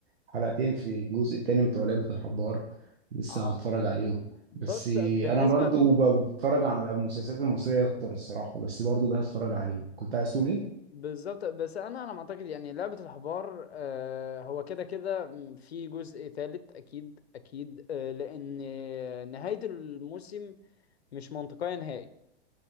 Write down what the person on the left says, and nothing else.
اه
بص
بالنسبة
ل-
بالظبط بس انا انا معتقد يعني لعبة الحبار آه، هو كده كده م- في جزء ثالث اكيد اكيد آه، لان نهاية الموسم مش منطقية نهائي